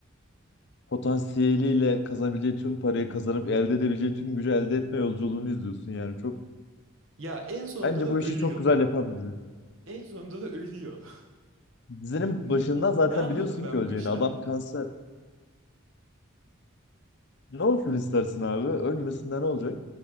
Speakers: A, on the left; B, on the right.
A: potansiyeliyle kazanabileceği tüm parayı kazanıp elde edebileceği tüm gücü elde etme yolculuğunu izliyorsun yani. Çok
B: Ya en sonunda
A: Bence
B: da
A: bu
B: ölüyor.
A: işi çok güzel yapan bir dizi.
B: En sonunda da ölüyor.
A: Dizinin
B: <laughs>
A: başından zaten
B: Ne anladım
A: biliyorsun
B: ben
A: ki öleceğini.
B: bu işten?
A: Adam kanser. Ne olsun istersin abi? Ölmesinde ne olacak?